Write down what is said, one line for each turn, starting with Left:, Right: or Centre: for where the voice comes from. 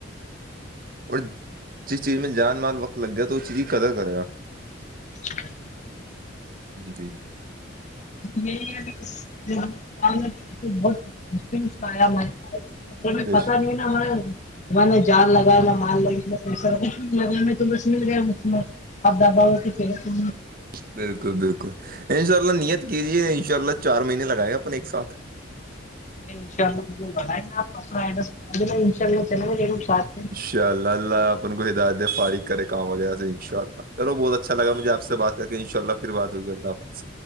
Right: اور جس چیز میں جان مال وقت لگ گیا تو اس چیز قدر کرے گا
Left: ٹیک ہے
Right: جی
Left: یہی ب آیا ہمارے س یں
Right: بش-
Left: پتا نہیں نہ مے ہم نے جال لگانا مال لگا پ سب لگانا تو بس مل گیا م میں آپ دادا ہو تو پا
Right: بالکل بالکل ان شاء اللہ نیت کیجیے ان شاء اللہ چار مہینے لگائے گا اپن ایک ساتھ
Left: ان شاء اللہ مجھے بتائے آ اپنا ایڈریس بتا دینا ان شاء اللہ چلیں گیر ساتھ میں
Right: ان شاء اللہپن کو ہدات فارغ کرے کام وغیرہ سے انشاءلہلو بہت اچھا لگا مجھے آ سے بات ان ششءلہ پھر بات ہوئی اللہ